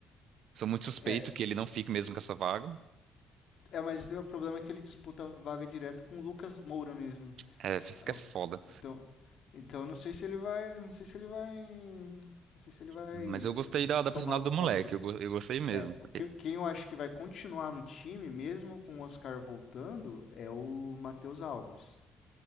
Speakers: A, on the right; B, on the left.
A: sou muito suspeito
B: É,
A: que ele não fique mesmo com essa vaga.
B: É, mas o problema é que ele disputa a vaga direto com o Lucas Moura mesmo.
A: É, isso
B: Aí
A: que
B: eu-
A: é foda.
B: Então, então não sei se ele vai, não sei se ele vai, não sei se ele vai
A: Mas eu gostei
B: eh,
A: da, da personalidade
B: tomar a
A: do
B: vaga
A: moleque,
B: dele.
A: eu, go- eu gostei mesmo.
B: É, o que,
A: É
B: quem eu acho que vai continuar no time mesmo com o Oscar voltando é o Matheus Alves,